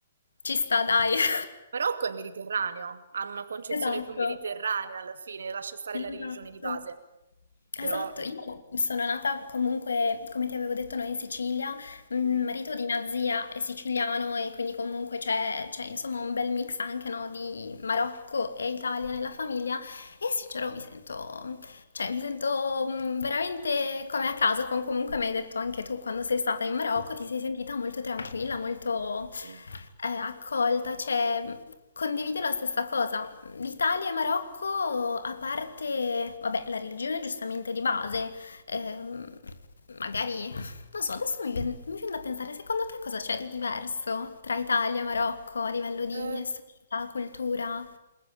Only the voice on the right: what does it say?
Sì.
Marocco è mediterraneo, hanno una concezione
più mediterranea alla fine, lascia stare
la religione di base.
Però mh.
Mh-mh.
Sì,
sì,
sì.
Sì.
Ehm,